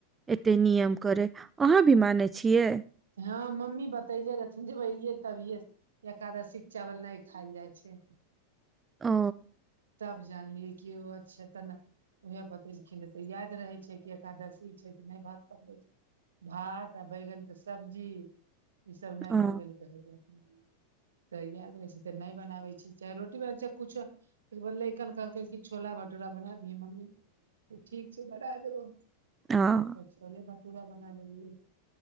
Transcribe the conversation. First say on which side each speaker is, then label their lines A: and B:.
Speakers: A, on the right; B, on the right.
A: एते नियम करै अहाँ भी मानै छियै
B: हँ मम्मी बतैले रहथिन जब अलियै तभिए से एकादशी के चावल नय खायल जाइ छै
A: ओ
B: तब जानलियऐ कि ओ अच्छा त ना उएह बतेलखिन नै तऽ याद रहै छै कि एकादशी छै तऽ नै भात पकबै छै भात आ बैगन के सब्जी ई सब नै
A: अ
B: बनबैला त याद नै छै तऽ नै बनाबै छी चाहे रोटी बना चाहे कुछो ओय के बाद लैकन कहलकै कि छोला भटूरा बना दियै मम्मी ठीक छै बनाय देबो
A: आँ
B: त छोले भटूरा बनाय देेलीयै